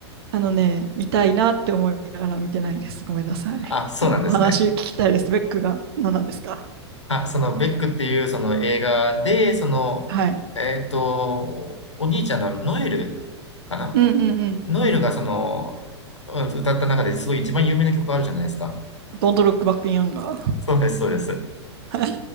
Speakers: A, on the right; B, on the left.
A: あのね、見たいなって思いながら見てないです。ごめんなさい。<laughs>
B: あ、そうなんですね。
A: あの、お話聞きたいです。ベックが何なんですか
B: あ、その、ベックっていう、その映画で、その、
A: はい。
B: えっと、お兄ちゃんのノエルかな
A: うんうんうん。
B: ノエルが、その、うん歌った中ですごい一番有名な曲があるじゃないですか。
A: Don't look back in anger.
B: そうです、そうです。
A: はい